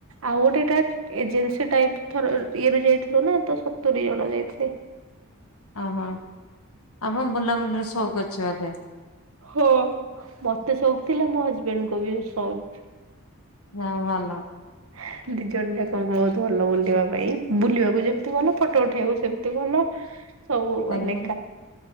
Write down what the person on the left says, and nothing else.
ଆ ହଁ ଆପଣ ବୁଲାବୁଲିରେ ଶଉକ ଅଛି ବୋଧେ?
ଯା ହଉ ଭଲ।
ଆଜ୍ଞା।